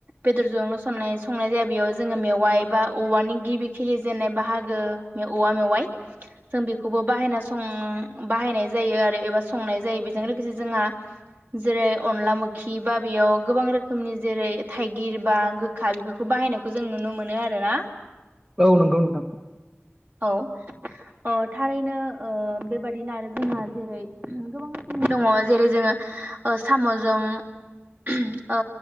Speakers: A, on the right (about 45°); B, on the right (about 20°).
A: बेदरजोंल' संनाय संनाय जाया बेयाव जोङो मेवाइ बा औवानि गिबि खिलिजेननाय बाहागो मे औवा मेवाइ जों बेखौबो बो बाहायना सं बाहायनाय जायो आरो एबा संनाय जायो बेजों लोगोसे जोंहा जेरै अनला मोखि बा बेयाव गोबां रोखोमनि जेरै थाइगिर बा गोखा बेफोरखौ बाहायनाय खौ जों नुनो मोनो आरोना।
B: औ नंगौ नोंथां
A: औ अ थारैनो ओ बेबादिनो आरो जोंहा जेरै गोबां रोखोमनि दङ जेरै जोङो ओ साम'जों ओ <unintelligible> ओ